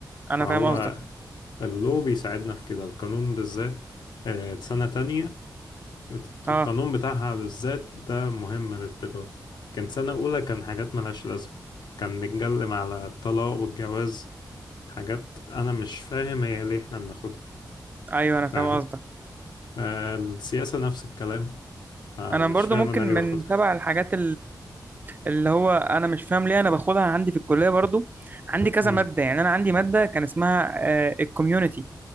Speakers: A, on the left (about 80°); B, on the right (about 25°).
A: فهو
B: أنا فاهم قصدك
A: اللو بيساعدنا في كده القانون بالذات آه، سنة تانية
B: أه
A: القانون بتاعها بالذات ده مهم للتجارة كان سنة أولى كان حاجات ملهاش لازمة كان بيتكلم على الطلاق والجواز حاجات أنا مش فاهم هي ليه إحنا بناخدها
B: أيوه أنا
A: فاهم
B: فاهم قصدك
A: آه السياسة نفس الكلام آه
B: أنا
A: مش
B: برضو
A: فاهم
B: ممكن
A: أنا
B: من
A: ليه باخدها
B: تبع الحاجات اللي هو انا مش فاهم ليه انا باخدها عندي في الكليه برضو عندي كذا
A: مم.
B: ماده يعني انا عندي ماده كان اسمها الكوميونتي